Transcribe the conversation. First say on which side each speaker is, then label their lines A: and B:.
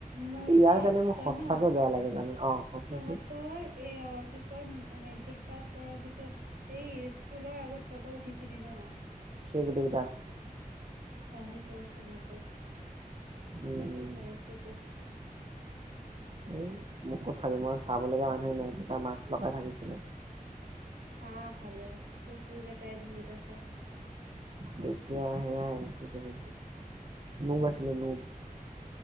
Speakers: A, on the right (about 80°); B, on the right (about 40°).
A: মোৰ
B: এই ইয়াৰ
A: তাত
B: কাৰণে মোৰ
A: জান
B: সঁচাকে বেয়া লাগে জানো অ কচোন
A: তহঁতৰ
B: কি
A: এ অ কি কয় মেট্ৰিক পাছ কৰাৰ পিছত এই স্কুলৰ আগত ফটো উঠিছিলি ন?
B: সেই গোটেকেইটা আছে৷
A: অ' সেইটো টো আছে মোৰ
B: উম
A: তাতে
B: উম
A: চাই আছো তোক
B: এই মোক ক'ত চাবি মই চাবলগীয়া মানুহে নাই তেতিয়া মাস্ক লগাই থাকিছিলো৷
A: অহ, হলেও তোৰ চকুকেটাই বহুত আছে৷
B: তেতিয়া সেয়াই আৰু নোম আছিলে নোম